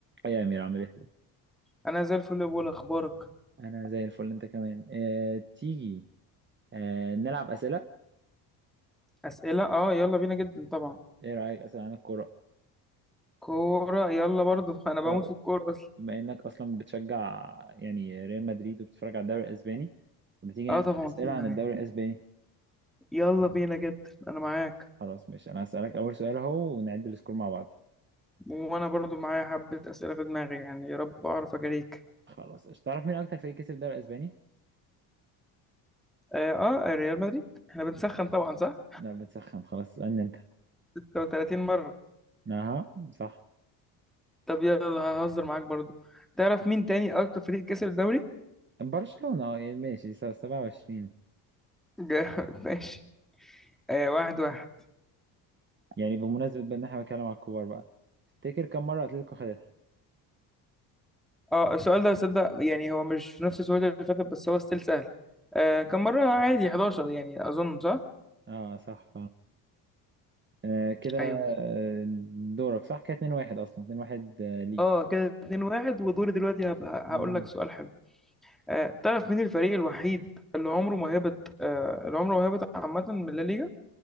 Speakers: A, on the right; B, in the centre.
A: إيه يا أمير عامل إيه؟
B: انا زي الفل يا بول اخبارك
A: أنا زي الفل أنت كمان آه، تيجي آه، نلعب أسئلة
B: اسئله اه يلا بينا جدا طبعا
A: إيه رأيك أسئلة عن الكورة؟
B: كوره يلا برضو <laughs> انا بموت
A: أه
B: في الكوره اصلا
A: بما إنك أصلا بتشجع يعني ريال مدريد وبتتفرج على الدوري الأسباني ما تيجي
B: اه
A: نعمل
B: طبعا
A: أسئلة
B: اتفرج
A: عن
B: عليها
A: الدوري الأسباني
B: يلا بينا جدا انا معاك
A: خلاص ماشي أنا هسألك أول سؤال أهو ونعد السكور مع بعض
B: وانا برضو معايا حبه اسئله في دماغي يعني يا رب اعرف اجاريك
A: خلاص قشطة. تعرف مين أكتر فريق كسب الدوري الأسباني؟
B: اه, آه ريال مدريد احنا بنسخن طبعا صح
A: لا بتسخن خلاص اسألني أنت
B: 36 مره
A: أها صح
B: طب يلا ههزر معاك برضو تعرف مين تاني اكتر فريق كسب الدوري
A: برشلونة أه يعني ماشي س- 27
B: <laughs> جا- ماشي آه واحد واحد
A: يعني بمناسبة بقى إن إحنا بنتكلم على الكبار بقى تفتكر كم مرة أتلتيكو خدتها؟
B: اه السؤال ده صدق يعني هو مش في نفس السؤال اللي فاتت بس هو ستيل سهل آه كم مرة عادي 11 يعني أظن صح؟
A: أه صح آه كده
B: أيوه
A: آه، دورك صح كده 2-1 أصلا 2-1 آه، ليك
B: اه كده 2 1 ودوري دلوقتي هبقى
A: مم.
B: هقول لك سؤال حلو آه تعرف مين الفريق الوحيد اللي عمره ما هبط آه اللي عمره ما هبط عامة من لا ليجا؟